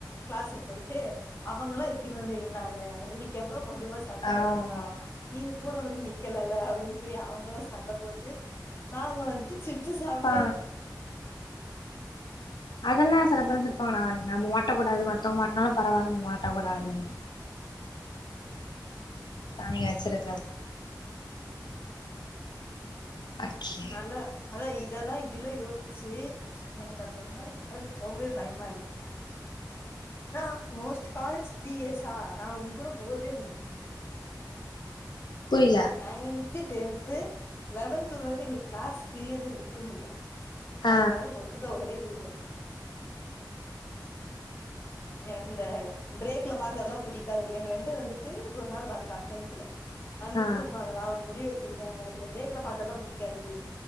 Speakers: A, on the left (about 35°); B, on the left (about 80°).
A: கிளாஸுக்கு போயிட்டு அவங்களா எப்டி வந்து நின்னாங்க உங்ளுக் ஏ மேல கொஞ்சமாச்சு அக்கற
B: ஆமா
A: இருக்கா? நீங்க கூட வந்து நிக்கலல்ல அப்டி அப்டின்னு சொல்லி அவங்கல்லா சண்ட போட்டு நாங்க வந்துட்டு சிப்ஸ் சாப்
B: ஆ, அதெல்லா சில ஃப்ரண்ட்ஸ் இருப்பாங்க நா நம்ம மாட்ட கூடாது மத்தவங்க மாட்னாலு பரவாயில்ல நம்ம மாட்டக் கூடாதுனு
A: <unintelligible>
B: நீங்க வச்சிருக்கறது அச்சே
A: நல்லா அதா இதெல்லா இப்டிலா யோசிச்சு எனக்கு அது ஒரு மாரி காலேஜு போகவே பயமா இருக் ஆ மோஸ்ட் காலேஜ் த்ரீ இயர்ஸ் ஆ நா உங் கூட ஃபோர் டேஸ் இருந்திருக்கேங்க
B: புரில
A: நயன் த்து டென்த்து லெவன்த்து வந்துட்டு எங்களுக் க்ளாஸ் பிறியரதுல விருப்பம் இல்ல
B: ஆ
A: அதனால ஒட்டுக்கா ஒரே குரூப் எடுத்தோம் எனக்கு இந்த ப்ரேக்ல பாக்குறதுலா புடிக்காதுடி என் ஃப்ரெண்டு வந்துட்டு ஒரு நாள் வந்தா டென்த்ல வந்து
B: ஆ
A: டு உ அதனால ஒரு முடிவு ட்ருக்கே எனக்கு இந்த ப்ரேக்ல பாக்குறதுலா பிடிக்காதுடி